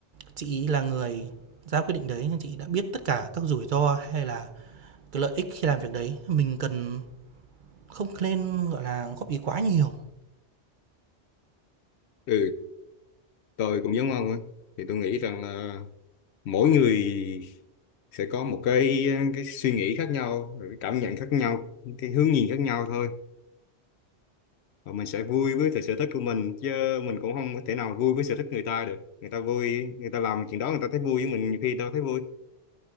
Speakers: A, on the right (about 55°); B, on the left (about 75°).
A: chị ấy là người ra quyết định đấy, chị đã biết tất cả các rủi ro hay là cái lợi ích khi làm việc đấy. Mình cần không nên, gọi là, góp ý quá nhiều.
B: ừ tôi cũng giống ông á thì tôi nghĩ rằng là mỗi người sẽ có một cái cái suy nghĩ khác nhau rồi cái cảm nhận khác nhau cái hướng nhìn khác nhau thôi và mình sẽ vui với cái sở thích của mình chứ mình cũng không có thể nào vui với sở thích người ta được người ta vui người ta làm chuyện đó người ta thấy vui với mình nhiều khi đâu thấy vui